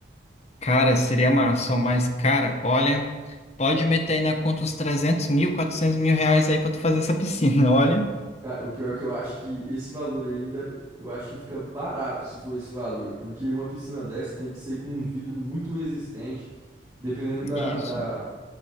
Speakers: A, on the left; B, on the right.
A: Cara, seria massa, mas, cara, olha, pode meter aí na conta uns trezentos mil, quatrocentos mil reais aí pra tu fazer essa piscina, <laughs> olha.
B: Cara, o pior é que eu acho que esse valor ainda, eu acho que fica barato se for esse valor, porque uma piscina dessa tem que ser com um vidro muito resistente, dependendo da,
A: Isso,
B: da,